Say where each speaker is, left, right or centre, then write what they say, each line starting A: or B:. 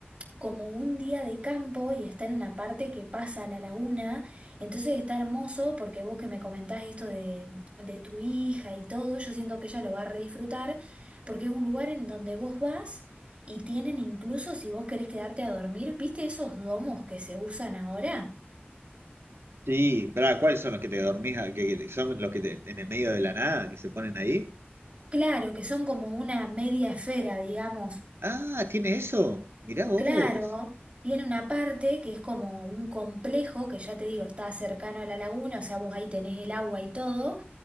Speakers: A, on the right; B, on the right.
A: como un día de campo y está en una parte que pasa a la laguna, entonces está hermoso porque vos que me comentás esto de, de tu hija y todo, yo siento que ella lo va a redisfrutar porque es un lugar en donde vos vas y tienen incluso si vos querés quedarte a dormir, ¿viste esos domos que se usan ahora?
B: Sí, pará, ¿cuáles son los que te dormís, a- que, que son los que te- en el medio de la nada, que se ponen ahí?
A: Claro, que son como una media esfera, digamos.
B: Ah, ¿tiene eso? Mirá vos.
A: Claro. Tiene una parte que es como un complejo, que ya te digo, está cercano a la laguna, o sea, vos ahí tenés el agua y todo,